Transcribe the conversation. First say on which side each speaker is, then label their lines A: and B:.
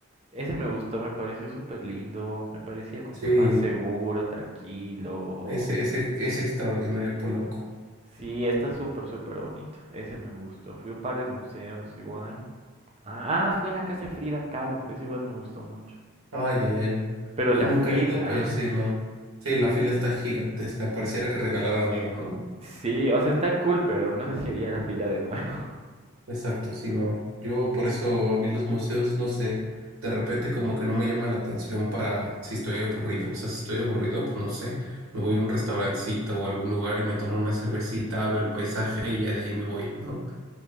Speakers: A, on the right; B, on the right.
A: Ese me gustó, me pareció súper lindo, me parecía como
B: Sí,
A: que más seguro, tranquilo,
B: ese ese es extraordinario Polanco.
A: Sí, está súper, súper bonito. Ese me gustó. Fui a un par de museos igual. Ah, ah, fui a la casa de Frida Kahlo. Eso igual me gustó mucho.
B: Ay, ya ya. ya.
A: Pero
B: Yo
A: la
B: nunca
A: fila.
B: he ido, pero
A: <laughs>
B: sí, no. Sí, la fila está gigantesca. Pareciera que regalaran algo, ¿no?
A: Sí, o sea, está cool, pero no sé si haría la fila de nuevo. <laughs>
B: Exacto, sí, no. Yo por eso a mí los museos, no sé, de repente como que no me llama la atención para si estoy aburrido. O sea, si estoy aburrido, pues no sé, me voy a un restaurancito o algún lugar y me tomo una cervecita, veo el paisaje y ya de ahí me voy, ¿no?